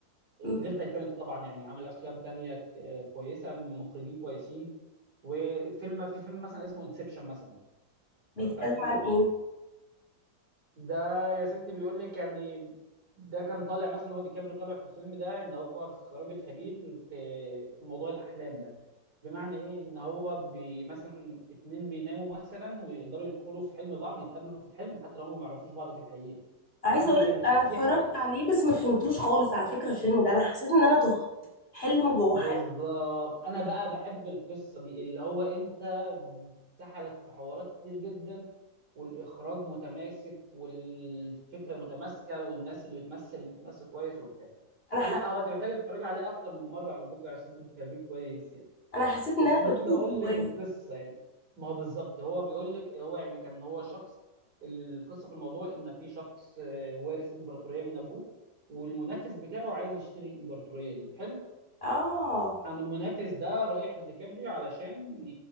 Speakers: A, on the right; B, on the left.
A: غير
B: أمم.
A: تايتانيك طبعا يعني عامل افلام تانية ك- آه كويسه مخرجين كويسين وفيلم في فيلم مثلا اسمه انسبشن مثلا اتفرجت
B: بيتكلم
A: على الفيلم
B: عن
A: ده
B: إيه
A: ده يا ستي بيقول لك يعني ده كان طالع مثلا هو دي كابريو طالع في الفيلم ده ان هو خ- راجل خبير في في موضوع الاحلام ده بمعنى ايه ان هو بي مثلا اتنين بيناموا مثلا ويقدروا يدخلوا في حلم بعض يتقابلوا في الحلم حتى لو هم ما يعرفوش بعض في الحقيقه
B: عايزة
A: تمام
B: أقولك
A: زي ما كنت
B: أنا اتفرجت
A: في ح...
B: عليه بس ما فهمتوش خالص على فكرة الفيلم ده أنا حسيت إن أنا تهت حلم جوه
A: بالظبط
B: حلم
A: انا بقى بحب القصه دي اللي هو انت سحلك في حوارات كتير جدا والاخراج متماسك والفكره متماسكه والناس اللي بتمثل بتمثل كويس وبتاع
B: أنا
A: آه،
B: حسيت
A: لا هو انت محتاج تتفرج عليه اكتر من مره على فكره عشان تفهميه كويس يعني
B: أنا حسيت إن
A: بس
B: أنا
A: ممكن
B: بتوه
A: اقول
B: جواه
A: لك القصه يعني ما هو بالظبط هو بيقول لك هو يعني كان هو شخص القصه في الموضوع ان في شخص آه، وارث امبراطوريه من ابوه والمنافس بتاعه عايز يشتري الامبراطوريه دي حلو
B: آه
A: قام المنافس ده رايح لديكابريو علشان